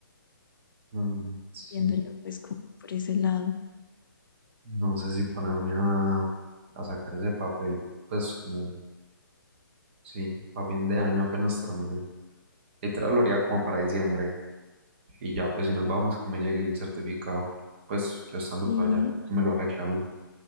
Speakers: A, on the right; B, on the left.
A: Mm, sí,
B: viéndolo pues como por ese lado.
A: no sé si ponerme a, a sacar ese papel, pues, como, sí, a fin de año apenas termine. Literal lo haría como para diciembre. Y ya, pues si nos vamos, que me llegue el certificado, pues yo estando
B: Sí,
A: por allá, que me lo reclamen.